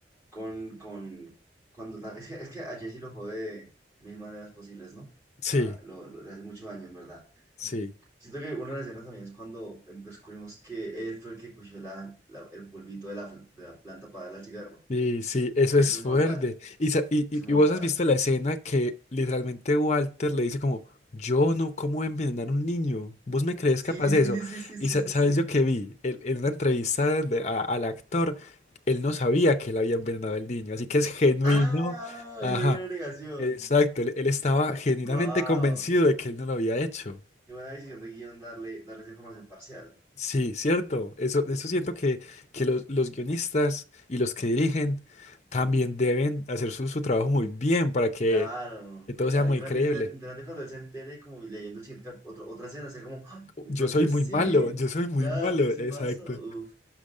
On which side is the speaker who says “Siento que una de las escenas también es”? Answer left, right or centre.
Right